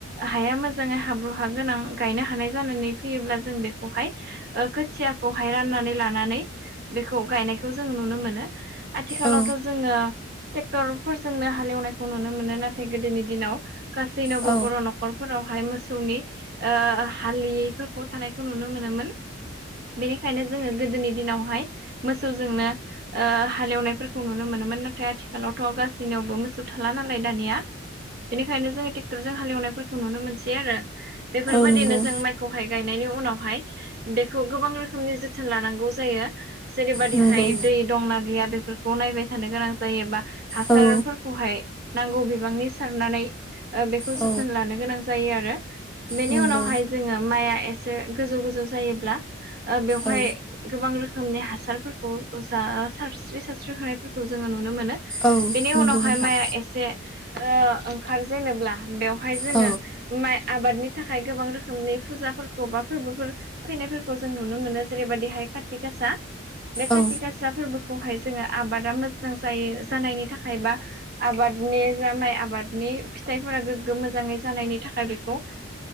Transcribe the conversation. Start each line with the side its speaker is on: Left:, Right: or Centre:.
Right: हाया मोजां जोङो हाब्रु हा गोनां गायनो हानाय जानानै फैयोब्ला जों बेखौहाय खोथियाखौहाय राननानै लानानै बेखौ गायनायखौ जोङो नुनो मोनो आथिखालावथ'
Centre: औ
Right: जोङो ट्रेक्टरफोरजोंनो हालेवनायखौ नुनो मोनो नाथाय गोदोनि दिनाव गासै नाब
Centre: औ
Right: बर' न न'खरफोरावहाय मोसौनि हालियैफोरखौ थानायखौ नुनो मोनोमोन बेनिखायनो जोङो गोदोनि दिनावहाय मोसौजोंनो हालेवनायफोरखौ नुनो मोनोमोन नाथाय आथिखालावथ' गासैबो जोंनियावबो मोसौ थाला नालाय दानिया बेनिखायनो जों थरजों हालेवनायफोरखौ नुनो मोनसै आरो बेफोरबायदिनो
Centre: नंगौ औ
Right: जों माइखौहाय गायनायनि उनावहाय बेखौ गोबां रोखोमनि जोथोन लानांगौ जायो जेरैबादिखाय
Centre: नंगौ
Right: दै दंना गैया बेफोरखौ ब नायबाय थानो गोनां जायो बा हासारफोरखौहाय
Centre: औ
Right: नांगौ बिबांनि सारनानै बेखौ
Centre: औ
Right: जोथोन लानो गोनां जायो आरो बेनि
Centre: नंगौ
Right: उनावहाय जोङो माइया एसे गोजौ गोजौ जायोब्ला बेवहाय
Centre: औ
Right: गोबां रोखोम रोखोमनि हासारफोरखौ जा सारस्रि सारस्रि होनायफोरखौ जोङो नुनो मोनो
Centre: औ
Right: बेनि उनावहाय
Centre: नंगौ नोंथां
Right: माइआ एसे ओंखार जेनोब्ला बेवहाय जोङो
Centre: औ
Right: माइ आबादनि थाखाय गोबां रोखोमनि फुजाफोरखौ बा फोरबोफोर फैनायफोरखौ जों नुनो मोनो जेरैबायाददिहाय कति गासा बे काथि
Centre: औ
Right: गासा फोरबोखौहाय जोङो आबादा मोजां जायो जानायनि थाखाय बा आबादनि जा माइ आबादनि फिथाइफोरा गोग्गो मोजाङै जानायनि थाखाय बेखौ